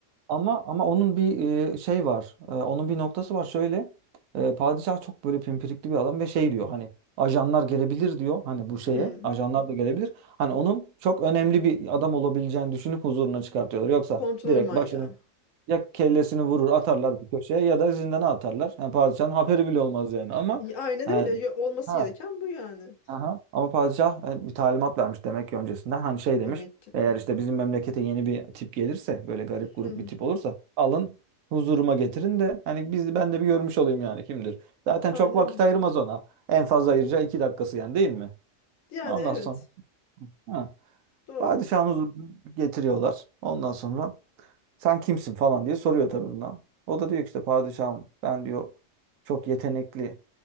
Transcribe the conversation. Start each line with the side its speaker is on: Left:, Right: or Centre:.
Right: Ama ama onun bir e, şey var. E, onun bir noktası var. Şöyle e, padişah çok böyle pimpirikli bir adam ve şey diyor hani ajanlar gelebilir diyor. Hani bu şeye
Left: Hmm.
Right: ajanlar da gelebilir. Hani onun çok önemli bir adam olabileceğini düşünüp huzuruna çıkartıyorlar. Yoksa
Left: Kontrol
Right: direkt
Left: manyağı.
Right: başını Ya kellesini vurur atarlar bir köşeye ya da zindana atarlar. Yani padişahın haberi bile olmaz yani ama
Left: <laughs> Aynen
Right: yani,
Left: öyle. Ya- Olması
Right: ha,
Left: gereken bu yani.
Right: aha. Ama padişah e, bir talimat vermiş demek ki öncesinden. Hani şey demiş
Left: Demek ki.
Right: eğer işte bizim memlekete yeni bir tip gelirse böyle garip grup
Left: Hmm.
Right: bir tip olursa alın huzuruma getirin de hani biz ben de bir görmüş olayım yani kimdir. Zaten
Left: Aynen.
Right: çok vakit ayırmaz ona. En fazla ayıracağı iki dakikası yani değil mi?
Left: Yani
Right: Ondan
Left: evet.
Right: sonra ha.
Left: Doğru.
Right: Padişahın huzuruna getiriyorlar. Ondan sonra sen kimsin falan diye soruyor tabii buna. O da diyor ki işte padişahım ben diyor çok yetenekli.